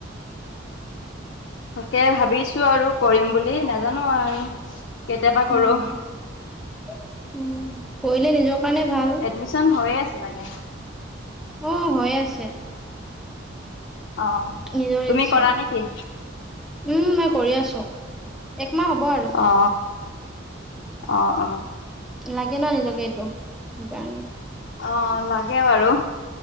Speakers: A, on the left (about 60°); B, in the centre.
A: তাকে ভাবিছো আৰু কৰিম বুলি নাজানো আৰু কেতিয়াবা কৰো
B: উম উম কৰিলে নিজৰ কাৰণে ভাল
A: এডমিচন হৈয়ে আছে চাগে
B: অ হৈয়ে আছে
A: অ
B: নিজৰ
A: তুমি
B: ইচ্ছা।
A: কৰা নেকি
B: উম মই কৰি আছো একমাহ হ'ব আৰু
A: অ অ অ
B: লাগে না নিজকে এইটো সেইকাৰণে
A: অ লাগে বাৰু